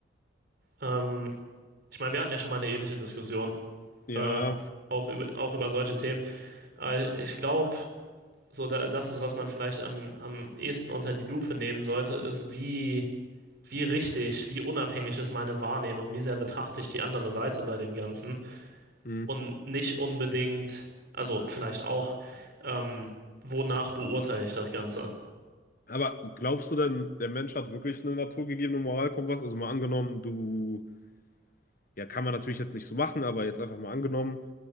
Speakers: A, on the right (about 55°); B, on the left (about 45°).
A: Ähm, ich meine, wir hatten ja schon mal eine ähnliche Diskussion,
B: Ja,
A: äh, auch über, auch über solche Themen. Äh, ich glaube, so da, das ist, was man vielleicht am, am ehesten unter die Lupe nehmen sollte, ist, wie, wie richtig, wie unabhängig ist meine Wahrnehmung, wie sehr betrachte ich die andere Seite bei dem Ganzen.
B: mhm.
A: und nicht unbedingt, also vielleicht auch, ähm, wonach beurteile ich das Ganze?
B: Aber glaubst du denn, der Mensch hat wirklich eine naturgegebene Moralkompass? Also mal angenommen, du, ja, kann man natürlich jetzt nicht so machen, aber jetzt einfach mal angenommen,